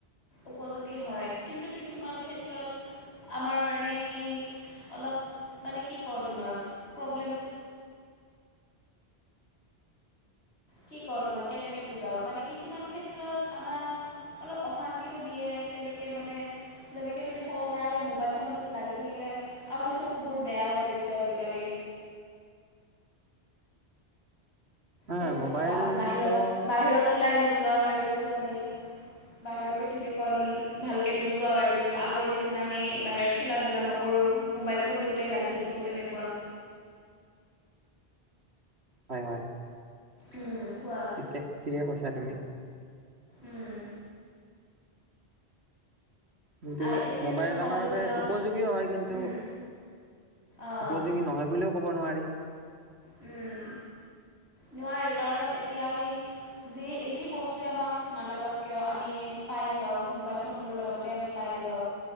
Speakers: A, on the left; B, on the right.
A: উপযোগী হয়। কিন্তু কিছুমান ক্ষেত্ৰত আমাৰ কাৰণে অলপ মানে কি কওঁ তোমাক প্ৰব্লেম কি কওঁ তোমাক কেনেকে বুজাও মানে কিছুমান ক্ষেত্ৰত আমাক অলপ অশান্তিও দিয়ে তেনেকে মানে যেনেকে তুমি চাব পাৰা আমি মোবাইল ফোনটোত লাগি থাকিলে আমাৰ চকুবোৰ বেয়া হৈ গৈছে আজিকালি।
B: হয়
A: তেনেকে
B: মোবাইলটো
A: আমি বাহিৰত, বাহিৰত ওলাই নোযোৱা হৈ গৈছোঁ আমি, বাহিৰৰ পৃথিৱীখন ভালকৈ নোচোৱা হৈ গৈছোঁ, আগৰ নিচিনা আমি বাহিৰত খেলা ধূলা নকৰোঁ মোবাইল ফোনটোতে লাগি থাকোঁ তেনেকুৱা।
B: হয়, হয়।
A: উম কোৱা
B: ঠিকে, ঠিকে কৈছা তুমি।
A: উম
B: কিন্তু
A: আই এতিয়াতো
B: মোবাইল
A: ভাল
B: আমাৰ
A: হৈছে
B: বাবে
A: ন
B: উপযোগীও হয় কিন্তু
A: উম অঁ
B: উপযোগী নহয় বুলিও ক'ব নোৱাৰি।
A: উম। নোৱাৰি কাৰণ এতিয়া আমি যি যি বস্তুৱে আমাক নালাগক কিয় আমি পাই যাওঁ, মোবাইল ফোনটোৰ লগতে আমি পাই যাওঁ,